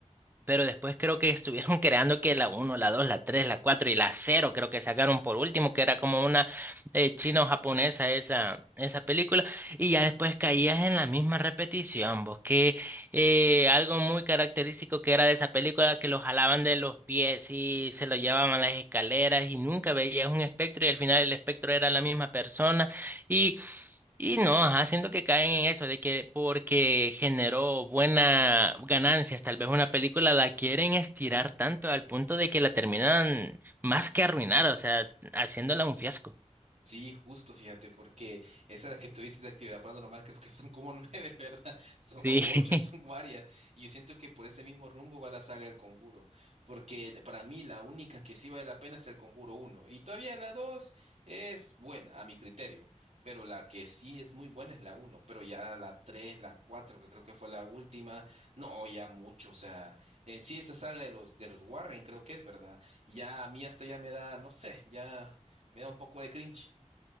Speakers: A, on the right (about 15°); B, on the right (about 65°).
A: Pero después creo que estuvieron <laughs> creando que la uno la 2 la 3 la 4 y la cero creo que sacaron por último, que era como una eh, china o japonesa esa, esa película. Y ya después caías en la misma repetición, vos que eh, algo muy característico que era de esa película, que lo jalaban de los pies y se lo llevaban a las escaleras y nunca veías un espectro y al final el espectro era la misma persona. Y, y no, ajá, siento que caen en eso, de que porque generó buena ganancias, tal vez una película la quieren estirar tanto al punto de que la terminan más que arruinar, o sea, haciéndola un fiasco.
B: Sí, justo, fíjate, porque esa es la que tú dices de actividad paranormal, creo que son como <laughs> nueve, ¿verdad? Son
A: Sí.
B: o
A: <laughs>
B: ocho, son varias. Y yo siento que por ese mismo rumbo va la saga del Conjuro, porque para mí la única que sí vale la pena es el Conjuro uno Y todavía la 2 es buena, a mi criterio, pero la que sí es muy buena es la uno, pero ya la 3, la cuatro que creo que fue la última, no, ya mucho, o sea, en sí esa saga de los, de los Warren creo que es, ¿verdad? Ya a mí hasta ya me da, no sé, ya me da un poco de cringe.